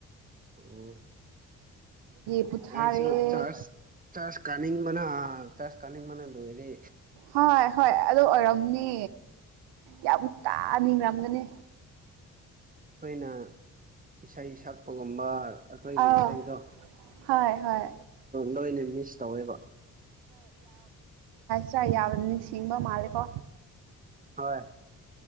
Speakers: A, on the right; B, on the right.
A: ꯑꯣ
B: ꯄꯨꯊꯥꯔꯦ
A: ꯑꯩꯁꯨ ꯆꯔꯁ ꯆꯔꯁ ꯀꯥꯅꯤꯡ ꯕꯅꯥ ꯆꯔꯖ ꯀꯅꯤꯡ ꯕꯥꯅ ꯂꯣꯏꯔꯦ
B: ꯍꯣꯏ ꯍꯣꯏ ꯑꯗꯨ ꯑꯣꯏꯔꯝꯅꯤ ꯌꯥꯝ ꯀꯥꯅꯤꯡꯉꯝꯒꯅꯤ
A: ꯑꯩꯈꯣꯏꯅ ꯏꯁꯩ ꯁꯛꯄꯒꯨꯝꯕ ꯑꯩꯈꯣꯏꯒꯤ
B: ꯑꯥ
A: ꯏꯁꯩꯗꯣ
B: ꯍꯣꯏ ꯍꯣꯏ
A: ꯅꯣꯏꯅ ꯃꯤꯁ ꯇꯧꯋꯦꯕ
B: ꯆꯥ ꯌꯥꯝꯅ ꯅꯤꯡꯁꯤꯡꯕ ꯃꯥꯜꯂꯦꯀꯣ
A: ꯍꯣꯏ